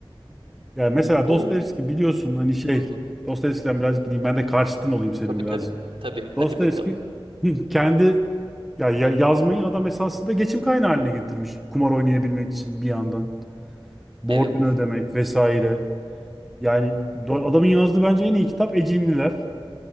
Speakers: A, in the centre; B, on the right.
A: Yani mesela Dostoyevski
B: Bu
A: biliyorsun hani şey
B: hı hı.
A: Dostoyevski'den birazcık gideyim. Ben de karşıtın olayım senin
B: Tabii
A: birazcık.
B: tabii. Tabii hadi
A: Dostoyevski
B: bakalım.
A: <laughs> kendi ya, ya- yazmayı adam esasında geçim kaynağı haline getirmiş. Kumar oynayabilmek için bir yandan. Borcunu
B: Evet.
A: ödemek vesaire. Yani do- adamın yazdığı bence en iyi kitap Ecinliler.